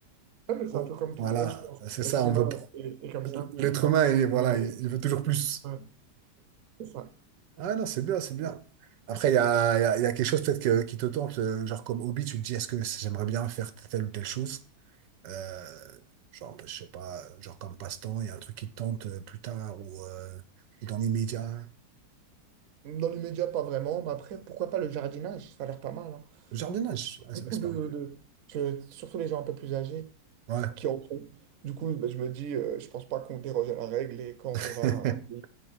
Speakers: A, on the right; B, on the right.
A: Ouais, mais c'est
B: Oh,
A: un peu comme tout
B: voilà,
A: le monde, je pense.
B: c'est
A: L'être
B: ça, on
A: humain
B: veut pas.
A: est, est comme ça.
B: L'être
A: L'humain
B: humain, il, voilà,
A: est-
B: il il veut toujours plus.
A: ouais, c'est ça.
B: Ah non, c'est bien, c'est bien. Après, il y a, il y a, il y a quelque chose peut-être que- qui te tente, euh, genre comme hobby, tu te dis, est-ce que j'aimerais bien faire telle ou telle chose? Euh, genre, bah, je sais pas, genre comme passe-temps, il y a un truc qui te tente euh, plus tard ou euh, ou dans l'immédiat.
A: Dans l'immédiat, pas vraiment, mais après, pourquoi pas le jardinage? Ça a l'air pas mal. hein.
B: Le Jardinage, ah,
A: Beaucoup
B: c'est vrai que c'est
A: de,
B: pas mal.
A: de- que- surtout les gens un peu plus âgés,
B: Ouais.
A: qui en font. Du coup, ben, je me dis, euh, je pense pas qu'on déroge à la règle et quand
B: <laughs>
A: on va à un pays